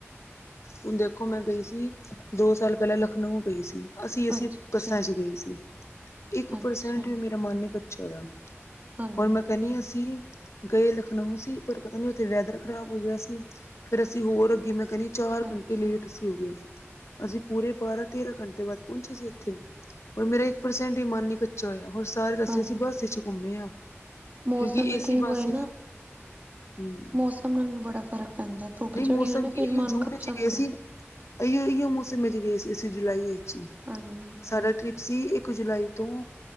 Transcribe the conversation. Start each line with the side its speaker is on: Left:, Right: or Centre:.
Left: ਹੁਨ ਦੇਖੋ ਮੈਂ ਗਈ ਸੀ, ਦੋ ਸਾਲ ਪੈਲੇ ਲਖਨਊ ਗਈ ਸੀ। ਅਸੀਂ-ਅਸੀਂ,
Right: ਅੱਛਾ ਅੱਛਾ
Left: ਬੱਸਾਂ 'ਚ ਗਏ ਸੀ, ਇੱਕ
Right: ਅੱਛਾ
Left: ਪਰਸੈਂਟ ਵੀ ਮੇਰਾ ਮਨ ਨੀ ਕੱਚਾ ਹੋਇਆ।
Right: ਹਾਂਜੀ
Left: ਹੋਰ ਮੈਂ ਕੇਆ, ਨਈ ਹਸੀ। ਗਏ ਲਖਨਊ ਸੀ, ਪਰ ਪਤਾ ਨੀ ਉੱਥੇ ਵੈਦਰ ਖ਼ਰਾਬ ਹੋ ਗਿਆ ਸੀ। ਫੇਰ ਅਸੀਂ ਹੋਰ ਅੱਗੇ ਮੈਂ ਕੈੰਨੀ ਚਾਰ
Right: ਅੱਛਾ
Left: ਘੰਟੇ ਲੇਟ ਅਸੀਂ ਹੋ ਗਏ, ਅਸੀਂ ਪੂਰੇ ਬਾਰਾਂ-ਤੇਰਾਂ ਘੰਟੇ ਬਾਦ ਪੌਂਚੇ ਸੀ ਉੱਥੇ। ਮੇਰਾ ਇੱਕ ਪਰਸੈਂਟ ਵੀ ਮਨ ਨੀ ਕੁ ਚਯੋ, ਹੋਰ ਸਾਰੇ ਰਸਤੇ
Right: ਹਾਂਜੀ
Left: ਅਸੀਂ ਬੱਸ 'ਚ ਘੁੰਮੇ ਆ,
Right: ਮੌਸਮ
Left: ਕਿਉਂਕਿ
Right: ਵੀ
Left: ਏ,
Right: ਠੀਕ
Left: ਸੀ, ਬੱਸ
Right: ਹੋਏ
Left: ਸੀ ਨਾ। ਹਮ
Right: ਮੌਸਮ ਨਾਲ ਵੀ ਬੜਾ ਫ਼ਰਕ ਪੈਂਦੈ, ਧੁੱਪ
Left: ਨਹੀਂ
Right: ਚੜੀ
Left: ਮੌਸਮ
Right: ਏ ਨਾ
Left: ਕੀ
Right: ਫਿਰ ਮਨ
Left: ਜੂਨ
Right: ਕੱਚਾ
Left: ਚ ਗਏ
Right: ਹੁੰਦਾ
Left: ਸੀ, ਅਈਓ-ਅਈਓ, ਮੌਸਮ ਵਿੱਚ ਗਏ ਸੀ ਅਸੀਂ ਜੁਲਾਈ ਵਿੱਚ,
Right: ਹਾਂਜੀ
Left: ਸਾਡਾ ਟ੍ਰਿਪ। ਸੀ ਇੱਕ ਜੁਲਾਈ ਤੋਂ,